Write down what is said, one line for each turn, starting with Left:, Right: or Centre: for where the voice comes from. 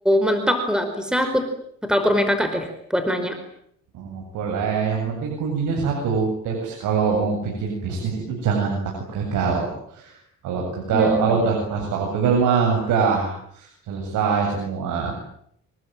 Centre: mentok nggak bisa, aku bakal ke rumah kakak deh buat nanya.
Right: Oh, boleh. Yang penting kuncinya satu, tips kalau mau bikin bisnis itu jangan takut gagal. Kalau gagal,
Centre: Hmm.
Right: kalau udah ngerasa takut gagal mah udah selesai semua.